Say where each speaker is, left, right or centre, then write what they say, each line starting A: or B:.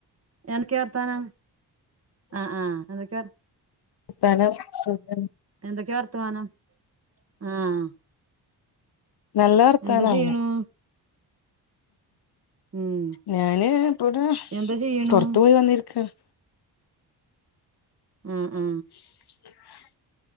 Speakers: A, on the right; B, on the left.
A: എന്തൊക്കെയാ വർത്താനം? ആഹ് ആഹ് എന്തൊക്കെയാ വർ
B: വർത്താനം സുഖാണ്
A: എന്തൊക്കെയാ വർത്തമാനം, ആഹ്
B: നല്ല വർത്താനാണ്
A: എന്താ ചെയ്യണു ഉം
B: ഞാന് ഇപ്പോ
A: എന്താ ചെയ്യണു
B: പൊറത്ത്പോയി വന്നിരിക്കാണ്
A: ഉംഹ് ഉംഹ്
B: <inaudible>